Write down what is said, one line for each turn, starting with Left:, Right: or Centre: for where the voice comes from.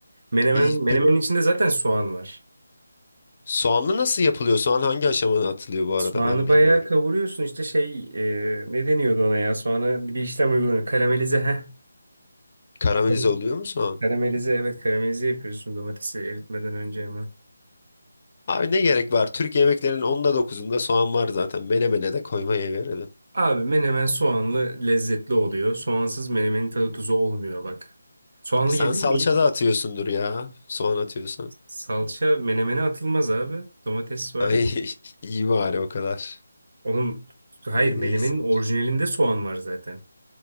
Right: Menemen,
Left: İyi,
Right: menemenin
Left: peki
Right: içinde zaten soğan var.
Left: soğanlı nasıl yapılıyor? Soğan hangi aşamada atılıyor bu arada?
Right: Soğanı
Left: Ben
Right: bayağı
Left: bilmiyorum.
Right: kavuruyorsun. İşte şey e, ne deniyordu ona ya? Soğanı bir işlem uygulanıyor. Karamelize.
Left: Karamelize
Right: Heh.
Left: oluyor mu soğan?
Right: Karamelize evet karamelize yapıyorsun domatesi eritmeden önce hemen.
Left: Abi ne gerek var? Türk yemeklerinin onda dokuzunda soğan var zaten. Menemene de koymaya verelim.
Right: Abi menemen soğanlı lezzetli oluyor. Soğansız menemenin tadı tuzu olmuyor bak. Soğanlı
Left: E Sen
Right: yedin
Left: salça
Right: mi hiç?
Left: da atıyorsundur ya. Soğan atıyorsan.
Right: Salça menemene atılmaz abi. Domates var
Left: Ay
Right: ya.
Left: <laughs> iyi bari o kadar.
Right: Oğlum hayır
Left: İyi
Right: menemenin
Left: değilsindir.
Right: orijinalinde soğan var zaten.